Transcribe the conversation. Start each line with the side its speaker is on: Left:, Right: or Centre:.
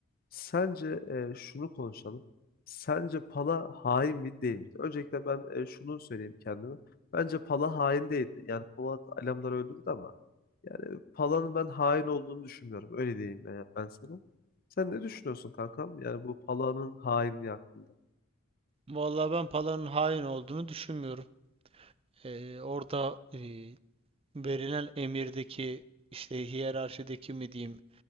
Left: sence e, şunu konuşalım. Sence Pala hain mi değil mi? Öncelikle ben e, şunu söyleyeyim kendime. Bence Pala hain değildi. Yani Polat Alemdar'ı öldürdü ama Yani Pala'nın ben hain olduğunu düşünmüyorum. Öyle diyeyim ben, ben sana. Sen ne düşünüyorsun kankam? Yani bu Pala'nın hainliği hakkında.
Right: Vallahi ben Pala'nın hain olduğunu düşünmüyorum. Eee, orada eee, verilen emirdeki işte hiyerarşideki mi diyeyim